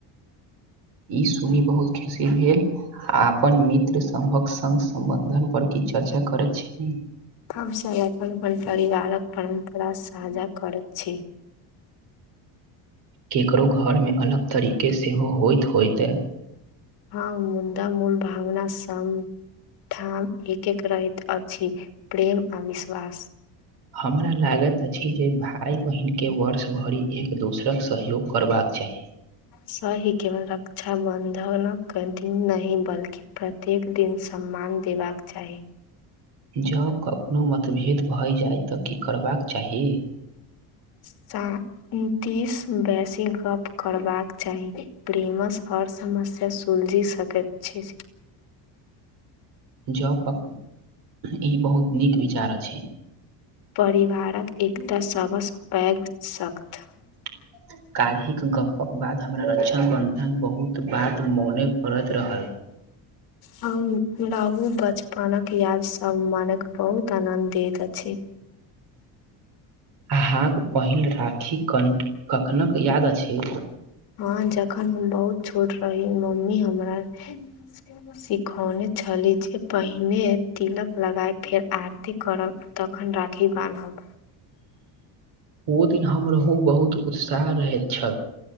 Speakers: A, on the right (about 60°); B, on the left (about 55°).
A: ई सुनी बहुत खुसी भेल। अपन मित्र सभक संग सम्बंधन पर की चर्चा। करैत छी?
B: हमसब अपन अपन परिवारक परम्परा साझा करत छी।
A: केकरो घरमे अलग तरीके सेहो होइत होइते।
B: हँ मुद्दा मूल भावना सम। ठाम एक एक रहैत अछी प्रेम आ विश्वास।
A: हमरा लागैत अछी जे भाइ बहिन के वर्ष भरी एक दोसरक सहयोग करबाक चाही।
B: सही केबल रक्षाबन्धनक दिन नहीं बल्कि प्रत्येक दिन सम्मान देबाक चाही।
A: जं कखनो मतभेद भए जाइ त की करबाक चाही?
B: सा उनतीस बैसी गप। करबाक चाही। प्रेम स हर समस्या सुलझी सकैत छै।
A: जं गप <inaudible> ई बहुत नीक विचार अछी।
B: परिवारक एकटा सब सं पैग सक्त।
A: <inaudible> काल्हिक गपक बाद हमरा रक्षण बन्धन बहुत बात मोने परैत रहल। <inaudible>
B: हमरा उ बचपनक याद सब मानक बहुत आनंद दैत अछी
A: अहाँक पहिल राखी कन कखनक याद अछी।
B: हँ जख न हम बहुत छोट रही, मम्मी हमरा स सिखौने छली जे पहिने तिलक लगाइब, फेर आरती करब तखन राखी बान्हब।
A: ओ दिन हमरहु बहुत उत्साह रहैत छल।